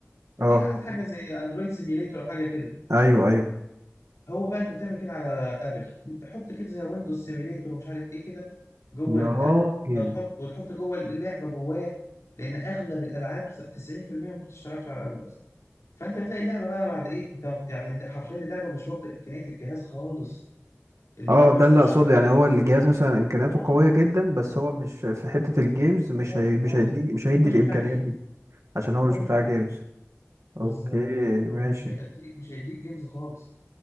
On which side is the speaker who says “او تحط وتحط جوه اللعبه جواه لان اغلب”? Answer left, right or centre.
Left